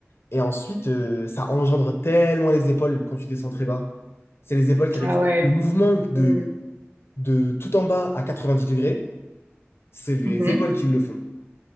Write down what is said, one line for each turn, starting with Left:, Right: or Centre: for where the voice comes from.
Left: Et ensuite, euh, ça engendre tellement les épaules quand tu descends très bas. C'est les épaules qui récupèrent.
Right: Ah ouais.
Left: Le mouvement de,
Right: Mm.
Left: de tout en bas à 90 degrés, c'est les
Right: Mhm.
Left: épaules qui le font.